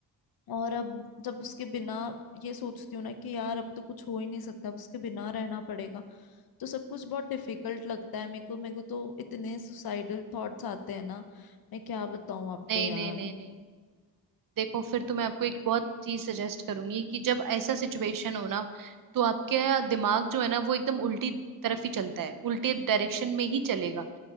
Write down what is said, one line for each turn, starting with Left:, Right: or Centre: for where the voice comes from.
Left: और अब जब उसके बिना ये सोचती हूँ ना कि यार अब तो कुछ हो ही नहीं सकता अब उसके बिना रहना पड़ेगा तो सब कुछ बहुत डिफिकल्ट लगता है मेरे को मेरे को तो इतने सुसाइडल थॉट्स आते हैं ना मैं क्या बताऊं आपको
Right: नहीं
Left: यार
Right: नहीं नहीं नहीं देखो फिर तो मैं आपको एक बहुत चीज सजेस्ट करूंगी कि जब ऐसा सिचुएशन हो ना तो आपके दिमाग जो है ना वो एकदम उल्टी तरफ ही चलता है उल्टे डायरेक्शन में ही चलेगा